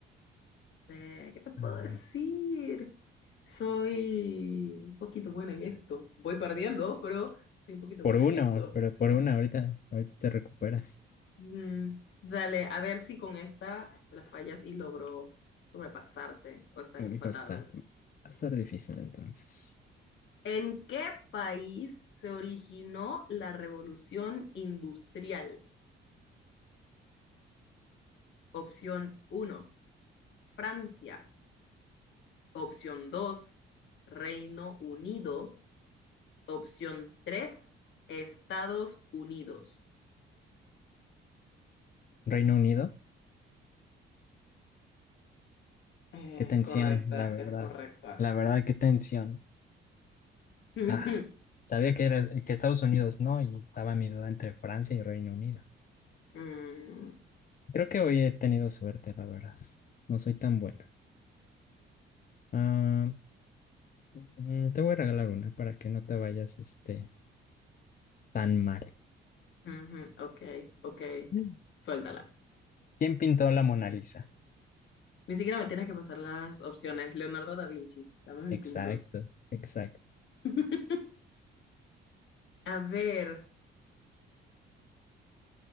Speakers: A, on the left; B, on the left.
A: sé, ¿qué te puedo
B: Ah,
A: decir? Soy un poquito buena en esto. Voy perdiendo, pero soy un poquito
B: por
A: buena
B: uno,
A: en esto.
B: pero por una, ahorita, ahorita te recuperas.
A: Mm, dale, a ver si con esta la fallas y logro sobrepasarte o estar
B: Uy,
A: empatados.
B: va a estar, va a estar difícil entonces.
A: ¿En qué país se originó la revolución industrial? Opción uno: Francia. Opción 2: Reino Unido. Opción 3: Estados Unidos.
B: ¿Reino Unido?
A: Es
B: Qué tensión,
A: correcta,
B: la verdad.
A: es correcta.
B: La verdad, qué tensión.
A: <laughs> Ujú.
B: Ah, sabía que era que Estados Unidos no, y estaba mi duda entre Francia y Reino Unido.
A: Mm,
B: Creo que hoy he tenido suerte, la verdad. No soy tan bueno. Ah, mm, te voy a regalar una para que no te vayas este tan mal.
A: ujú, ok, ok.
B: Mm.
A: Suéltala.
B: ¿Quién pintó la Mona Lisa?
A: Ni siquiera me tienes que pasar las opciones. Leonardo da Vinci, dame mi
B: Exacto,
A: punto.
B: exacto.
A: <laughs> A ver,